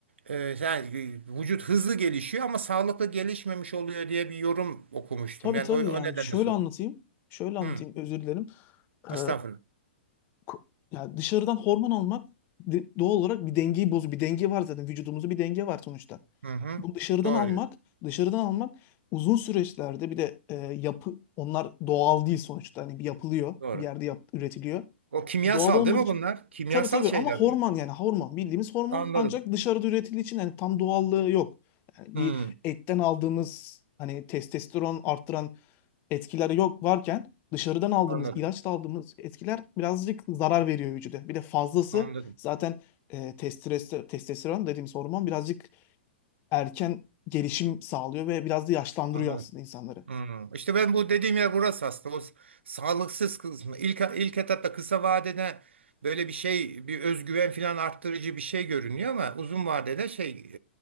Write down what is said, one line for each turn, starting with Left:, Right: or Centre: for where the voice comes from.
Right: e, yani e, vücut hızlı gelişiyor ama sağlıklı gelişmemiş oluyor diye bir yorum okumuştum.
Left: tabii
Right: Yani
Left: tabii
Right: o, o
Left: yani
Right: nedenle
Left: şöyle
Right: sordum.
Left: anlatayım. Şöyle anlatayım
Right: Hı,
Left: özür dilerim. Ee,
Right: estağfurullah.
Left: ko- ya dışarıdan hormon almak de- doğal olarak bir dengeyi bozuyor. Bir denge var zaten vücudumuzda bir denge var sonuçta.
Right: Hı hı.
Left: Bu dışarıdan
Right: Doğru
Left: almak,
Right: diyorsun.
Left: dışarıdan almak uzun süreçlerde bir de e, yapı onlar doğal değil sonuçta. Hani bir yapılıyor,
Right: Doğru.
Left: bir yerde yap, üretiliyor.
Right: O kimyasal
Left: Doğal olmadığı
Right: değil mi
Left: için.
Right: bunlar? Kimyasal
Left: Tabii tabii
Right: şeyler
Left: ama hormon
Right: bunlar.
Left: yani hormon bildiğimiz hormon
Right: Anladım.
Left: ancak dışarıda üretildiği için yani tam doğallığı yok. Yani
Right: Hmm,
Left: bir etten aldığımız hani testosteron arttıran etkileri yok varken dışarıdan aldığımız
Right: anladım.
Left: ilaçla aldığımız etkiler birazcık zarar veriyor vücuda. Bir de fazlası
Right: Anladım.
Left: zaten e, testosteron, testosteron dediğimiz hormon birazcık erken gelişim sağlıyor ve biraz da yaşlandırıyor
Right: Anladım.
Left: aslında insanları.
Right: Hmm. İşte ben bu dediğim yer burası aslında. O s- sağlıksız kısmı. İlk, ilk etapta kısa vadede böyle bir şey, bir özgüven falan arttırıcı bir şey görünüyor ama uzun vadede şey,